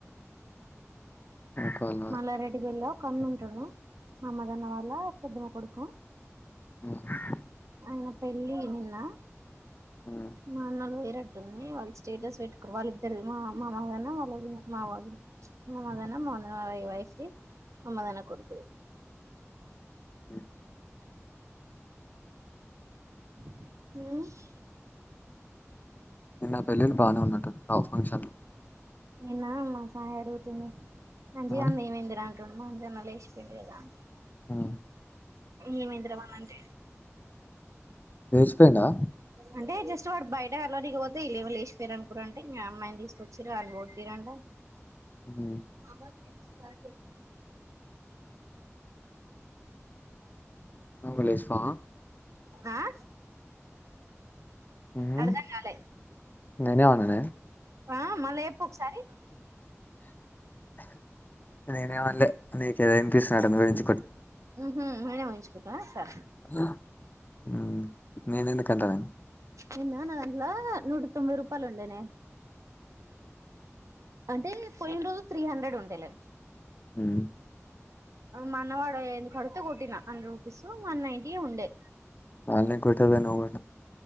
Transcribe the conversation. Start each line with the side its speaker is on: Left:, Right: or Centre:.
Left: అకల్
Right: మళ్ళా రెడి కెల్లా ఒకన్నుంటాడు మామ్మదన్న వాళ్ళ పెద్దమ్మ కొడుకు
Left: ఆ
Right: ఇంక పెళ్లి నిన్న
Left: ఆ
Right: మా అన్నలు వేరట్టుని వాళ్ళు స్టేటస్ పెట్టుకురు వాళ్ళు ఇద్దరు మా అమ్మ మాధన్న వాళ్ళ వదిన మా వధిని మమ్మదన మ వయసుది మమ్మదాన కొడుకుది
Left: ఆ
Right: మ్
Left: నా పెళ్ళిళ్ళ బానే ఉందంట ఆ ఒక ఫంక్షన్
Right: నిన్నా మా సాయి అడుగుతుండు అంజి
Left: అవును
Right: అన్న ఏమైందిరా అంటుండు మా అంజి అన్న లేచిపోయిండు కదరా అ
Left: మ్
Right: ఏమైందోరావాణ్ణంటె
Left: ఊసిపోయిందా
Right: అంటే జస్ట్ వాడు బయట వెళ్ళనీకిపోతే ఇళ్ళెవొలేచిపోయారునుకురంట ఈ అమ్మాయిని తీసుకొచ్చిర్రు వాణ్ణి కొట్టీరంట
Left: మ్
Right: అ త
Left: నువ్వు లేస్తావా
Right: ఆ
Left: ఉహు.
Right: అర్థం కాలే
Left: నేనేమన్నానే
Right: ఆ మళ్ళా ఎప్పు ఒకసారి
Left: నేనే మన్లె నీకే ఏంది సడన్ న కించ
Right: మ్ హుమ్మ్ నేనే వాయించుకుంటా సరె
Left: హా మ్ నేనెందుకంటానె
Right: నిన్న నాదాంట్లొ నూట తొంభై రూపాయలు ఉండేనే అంటే పోయిన రోజు త్రీ హండ్రెడ్ ఉండేలే
Left: మ్
Right: మనవాడ ఎందుకు కడితే కొట్టిన హండ్రెడ్ రూపీస్ వన్ నైంటీ యె ఉండే
Left: వాలనె కొడతవు గ నువు